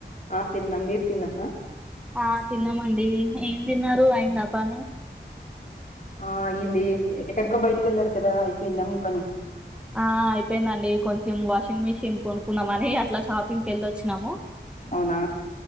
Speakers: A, on the left; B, in the centre.
A: ఆ తిన్న్నామ్ మీరు తిన్నారా
B: ఆ తిన్నామండి ఏం తిన్నారు అయిందా పని
A: ఆ అయిఇంది ఎక్కడికో బయటకి వెళ్లారు కదా అయిపోయిందా మీ పని
B: ఆ అయిపోయిందండి కొంచెం వాషింగ్ మిషిన్ కొనుకున్నామని అట్లా షాపింగ్కి వెళ్ళొచ్చినాము
A: అవునా